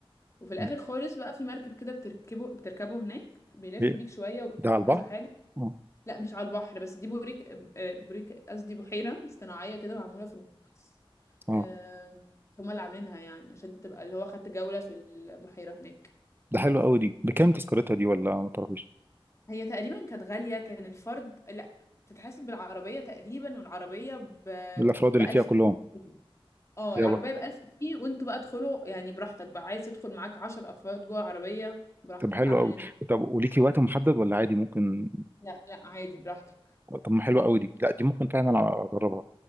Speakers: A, on the left; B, on the right.
A: وفي الاخر
B: م.
A: خالص بقى في مركب كده بتركبه بتركبه هناك بيلف
B: ايه
A: بيك شويه وبتشوف
B: ده على البحر
A: كذا حاجه
B: اه
A: لا مش على البحر بس دي بوريك آه، بوريك قصدي بحيره صناعيه كده معموله في النص
B: اه
A: آه، فهم اللي عاملينها يعني عشان تبقى اللي هو خدت جوله في البحيره هناك
B: ده حلو قوي دي بكام تذكرتها دي ولا ما تعرفيش
A: هي تقريبا كانت غاليه كان الفرد لا بتتحسب بالعربيه تقريبا والعربيه ب
B: بالافراد اللي
A: ب 1000
B: فيها كلهم
A: جنيه. اه
B: فيها
A: العربيه
B: بقى
A: ب 1000 جنيه وانتوا بقى ادخلوا يعني براحتك بقى عايز تدخل معاك 10 افراد جوه العربيه براحتك
B: طب حلو
A: اعمل
B: قوي
A: اللي
B: طب وليكي وقت محدد ولا عادي ممكن
A: لا لا عادي براحتك
B: طب ما حلو قوي دي لا دي ممكن فعلا اجربها